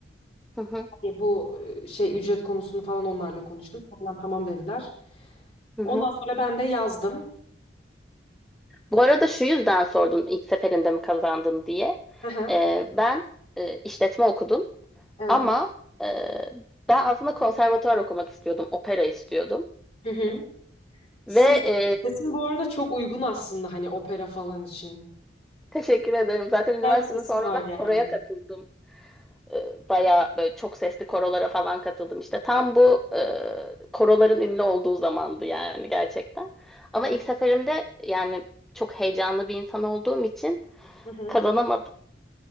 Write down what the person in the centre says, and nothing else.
hı hı,
hı
hı.
Bu arada şu yüzden sordum ilk seferinde mi kazandın diye.
Ee, ben e, işletme okudum
ama e, ben aslında konservatuvar okumak istiyordum, opera istiyordum.
Ve e,
teşekkür ederim. Zaten
üniversitede
sonradan
koroya katıldım. e, bayağı böyle çok sesli korolara falan katıldım. İşte tam bu e, koroların ünlü olduğu zamandı yani gerçekten.
Ama
ilk seferimde yani çok heyecanlı bir insan olduğum için
kazanamadım.